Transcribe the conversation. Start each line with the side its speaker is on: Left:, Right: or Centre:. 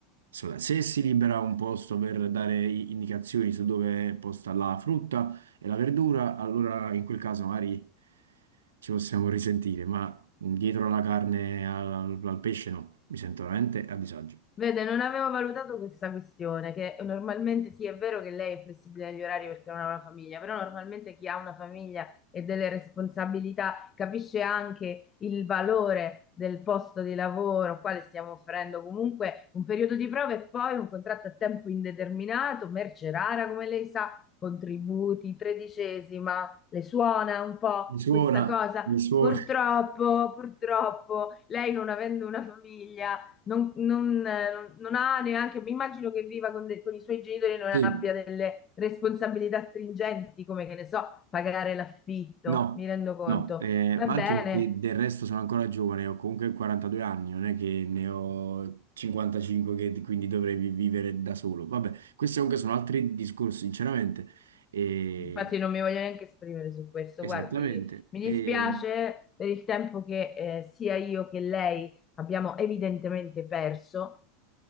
Right: Assolutamente. Se si libera un posto per dare i- indicazioni su dove è posta la frutta e la verdura, allora in quel caso magari ci possiamo risentire, ma dietro alla carne, al, al pesce no, mi sento veramente a disagio.
Left: Vede, non avevo valutato questa questione, che normalmente sì, è vero che lei è flessibile negli orari perché non ha una famiglia, però normalmente chi ha una famiglia e delle responsabilità capisce anche il valore del posto di lavoro, quale stiamo offrendo comunque un periodo di prova e poi un contratto a tempo indeterminato, merce rara, come lei sa, contributi, tredicesima, le suona un po'
Right: Mi suona,
Left: questa cosa?
Right: mi suona,
Left: Purtroppo, purtroppo, lei non avendo una famiglia non, non, eh, non- non ha neanche, mi immagino che viva con, de- con i suoi genitori e non
Right: sì,
Left: abbia delle responsabilità stringenti, come che ne so, pagare l'affitto,
Right: no,
Left: mi rendo conto.
Right: no, eh,
Left: Va
Right: ma
Left: bene,
Right: anche perché del resto sono ancora giovane, ho comunque 42 anni, non è che ne ho 55 che quindi dovrei vi- vivere da solo. Vabbè, questi comunque sono altri discorsi, sinceramente. E-
Left: infatti non mi voglio neanche esprimere su questo,
Right: esattamente.
Left: guardi, mi
Right: E,
Left: dispiace per il tempo che eh, sia io che lei abbiamo evidentemente perso.